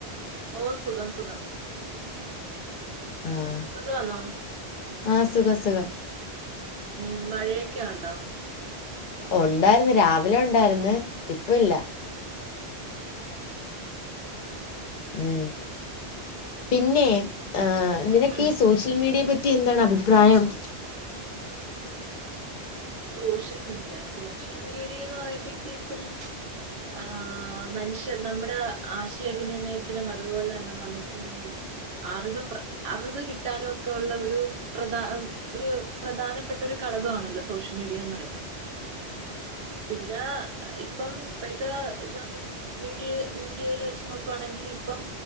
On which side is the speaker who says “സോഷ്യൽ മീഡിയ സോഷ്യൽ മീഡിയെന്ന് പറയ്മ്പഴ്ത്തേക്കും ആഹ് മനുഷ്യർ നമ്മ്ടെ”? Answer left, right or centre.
Right